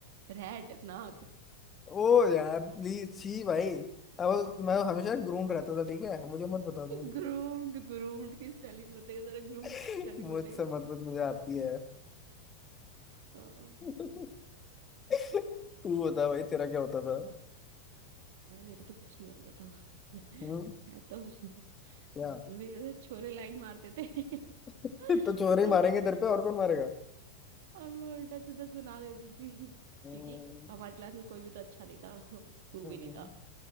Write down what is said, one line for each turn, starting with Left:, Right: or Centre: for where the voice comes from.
Right: रैट नाक
Left: ओ यार प्लीज छी भाई अब मैं हमेशा ग्रूम रहता था ठीक है मुझे मत बता दो
Right: ग्रूम्ड ग्रूम्ड की स्पेलिंग बताइए जरा ग्रूम्ड
Left: <laughs>
Right: की स्पेलिंग
Left: मुझसे
Right: बताइए
Left: मत मत मुझे आती है
Right: <laughs>
Left: <laughs> <laughs> तू बता भाई तेरा क्या होता था
Right: नहीं मेरे तो कुछ नहीं होता था <laughs>
Left: हम्म
Right: मैं तो
Left: क्या
Right: मेरे तो छोरे लाइन मारते थे <laughs>
Left: <laughs> तो चोर
Right: और
Left: ही
Right: मैं
Left: मारेंगे तेरे पे और कौन मारेगा
Right: और मैं उल्टा सीधा सुना देती थी
Left: हम्म,
Right: क्योंकि हमारी क्लास में कोई भी तो अच्छा नहीं था <laughs> तू
Left: हम्म,
Right: भी नहीं था